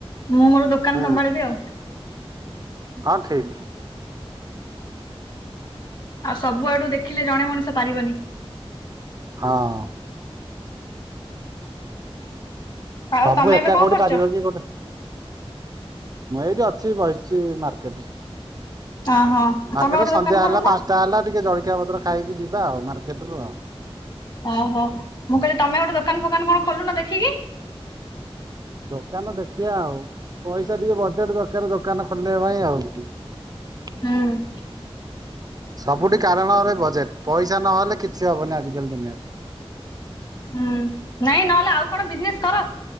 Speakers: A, on the left; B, on the right.
A: ମୁଁ ମୋର ଦୋକାନ
B: ହୁଁ
A: ସମ୍ଭାଳିବି ଆଉ।
B: ହଁ ଠିକ୍।
A: ଆଉ ସବୁଆଡୁ ଦେଖିଲେ ଜଣେ ମଣିଷ ପାରିବନି।
B: ହଁ
A: ଆଉ
B: ସବୁ
A: ତମେ
B: ଏକା
A: ଏବେ କଣ
B: କୋଉଠି
A: କରୁଛ?
B: ପାରିବ କି ଗୋଟେ। ମୁଁ ଏଇଠି ଅଛି ବସିଛି ମାର୍କେଟରେ।
A: ଓହୋ
B: ମାର୍କେଟ
A: ତମେ ଗୋଟେ
B: ସନ୍ଧ୍ୟା
A: ଦୋକାନ
B: ହେଲା
A: ଖୋଲୁ
B: ପାଞ୍ଚଟା
A: ନା
B: ହେଲା ଟିକେ ଜଳଖିଆ ପତ୍ର ଖାଇକି ଯିବା ଆଉ ମାର୍କେଟୁ ଆଉ
A: ଓହୋ ମୁଁ କହିଲି ତମେ ଗୋଟେ ଦୋକାନ ଫୋକାନ କଣ ଖୋଲୁନ ଦେଖିକି।
B: ଦୋକାନ ଦେଖିବା ଆଉ ପଇସା ଟିକେ ବଜେଟ ଦରକାର ଦୋକାନ ଖୋଲିବା ପାଇଁ ଆଉ।
A: ହୁଁ
B: ସବୁଠି କାରଣରେ ବଜେଟ ପଇସା ନହେଲେ କିଛି ହବନି ଆଜିକାଲି ଦୁନିଆରେ।
A: ହୁଁ ନାଇଁ ନହେଲେ ଆଉ କଣ ବିଜନେସ କର